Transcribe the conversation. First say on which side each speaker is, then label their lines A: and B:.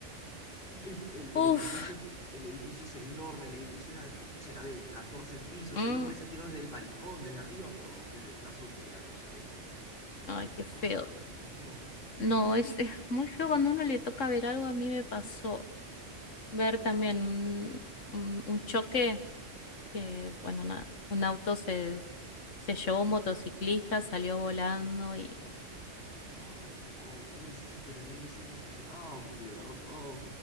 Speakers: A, on the left (about 50°); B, on the left (about 80°).
A: El, el- el
B: Uf.
A: edificio, el edificio es enorme, el edificio era, será de 14 pisos,
B: mm,
A: el hombre se ha tirado desde el balcón, desde arriba, perdón, desde la azotea, no sé.
B: ay, qué feo.
A: Ay, Dios mío.
B: No, es, es muy feo cuando a uno le toca ver algo. A mí me pasó ver también un, un- un choque que, bueno, nada, un auto se, se llevó un motociclista, salió volando y... bueno.
A: Oh, oh, pobrecito, también ese motociclista. Oh, de verdad. Oh.